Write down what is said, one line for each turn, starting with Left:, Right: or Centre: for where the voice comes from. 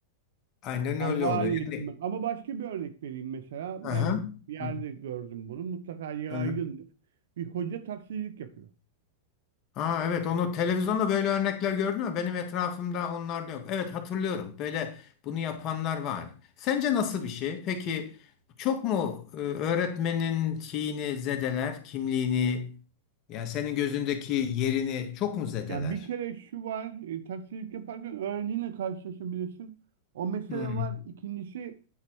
Left: Aynen
Right: Yani
Left: öyle
Right: o
Left: oluyor.
Right: hale getirmek.
Left: Yani.
Right: Ama başka bir örnek vereyim mesela.
Left: Aha.
Right: Ben bir yerde
Left: Hı.
Right: gördüm bunu. Mutlaka yaygındır.
Left: Aha.
Right: Bir hoca taksicilik yapıyor.
Left: Aa, evet onu televizyonda böyle örnekler gördün mü? Benim etrafımda onlar da yok. Evet hatırlıyorum. Böyle bunu yapanlar var. Sence nasıl bir şey? Peki çok mu e, öğretmenin şeyini zedeler, kimliğini, yani senin gözündeki yerini çok mu zedeler?
Right: Ya bir kere şu var, e, taksicilik yaparken öğrenciyle karşılaşabilirsin. O mesele
Left: Hı.
Right: var. İkincisi